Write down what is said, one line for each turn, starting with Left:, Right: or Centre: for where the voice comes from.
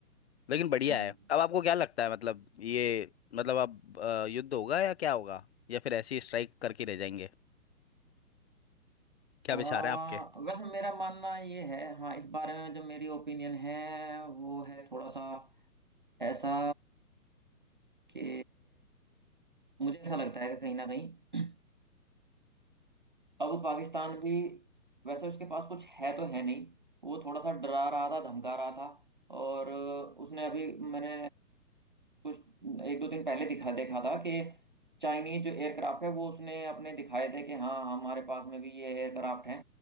Left: लेकिन बढ़िया
Right: हम्म
Left: है अब आपको क्या लगता है मतलब ये मतलब अब अ, युद्ध होगा या क्या होगा या फिर ऐसी स्ट्राइक करके रह जाएंगे क्या
Right: आ,
Left: विचार है आपके
Right: वैसे मेरा मानना ये है हाँ इस बारे में जो मेरी ओपिनियन है वो है थोड़ा सा ऐसा कि मुझे ऐसा लगता है कि कहीं ना कहीं अब पाकिस्तान भी वैसे उसके पास कुछ है तो है नहीं वो थोड़ा सा डरा रहा था धमका रहा था और अ, उसने अभी मैंने कुछ एक दो दिन पहले दिखा देखा था कि चाइनीज जो एयरक्राफ्ट है वो उसने अपने दिखाए थे कि हाँ हमारे पास में भी ये एयरक्राफ्ट हैं